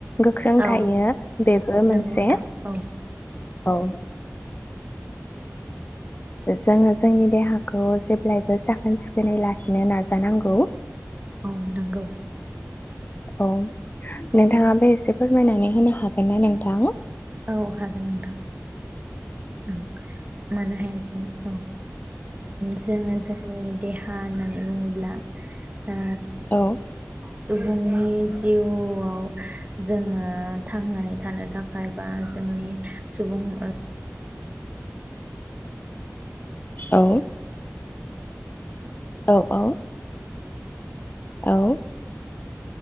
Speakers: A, on the left (about 35°); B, on the right (about 30°).
A: गोख्रों
B: औ
A: थायो बेबो
B: नंगौ
A: मोनसे
B: नोंथां औ
A: औ ओ जोङो जोंनि देहाखौ जेब्लायबो साखोन सिखोनै लाखिनो नाजानांगौ।
B: औ नंगौ।
A: औ नोंथाङा बे एसे फोरमायनानै होनो हागोन ना नोंथां?
B: औ हागोन नोंथां ओं मानो हाया जानो औ जोङो जोंनि देहा होननानै बुङोब ब्ला ओ
A: औ
B: स सुबुंनि जिउआव जोङो थांनानै थानो थाख बायबा जोंनि सुबुं ओ
A: औ औ औ औ